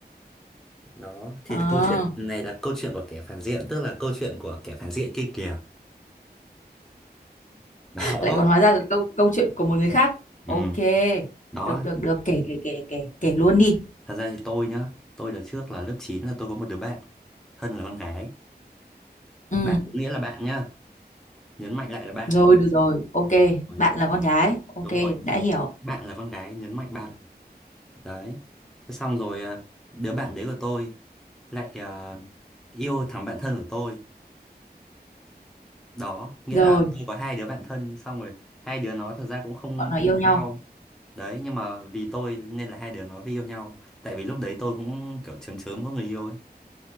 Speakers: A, in the centre; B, on the left.
A: đó thì
B: Ờ.
A: câu chuyện này là câu chuyện của kẻ phản diện tức là câu chuyện của kẻ phản diện kia kìa <laughs> đó
B: lại còn hóa ra là câu câu chuyện của một người khác
A: ừ
B: ok
A: đó
B: được được được kể kể kể kể kể luôn đi
A: thật ra thì tôi nhá tôi đợt trước là lớp 9 là tôi có một đứa bạn Hân là con gái
B: ừ
A: bạn có nghĩa là bạn nhá nhấn mạnh lại là bạn
B: rồi được rồi ok
A: Đúng rồi.
B: bạn là con gái ok
A: Đúng rồi.
B: đã hiểu
A: bạn là con gái nhấn mạnh ba lần đấy thế xong rồi à, đứa bạn đấy của tôi lại à, yêu thằng bạn thân của tôi đó nghĩa
B: rồi
A: là tôi có hai đứa bạn thân xong rồi hai đứa nó thật ra cũng không
B: bọn nó
A: thân
B: yêu
A: với
B: nhau
A: nhau đấy nhưng mà vì tôi nên là hai đứa nó mới yêu nhau tại vì lúc đấy tôi cũng kiểu chớm chớm có người yêu ấy